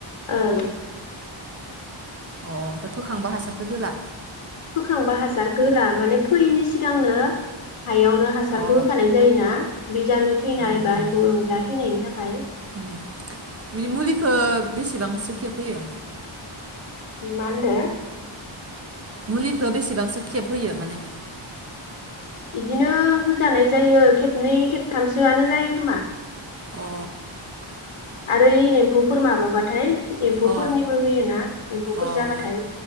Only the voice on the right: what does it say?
अ' ओमफाय फोखांबा हासारखो होला?
अ
उम
उम
उम बे मुलिखौ बेसेबांसो खेब होयो?
मुलिखो बेसेबांसो खेब होयो माने?
अ
अ
अ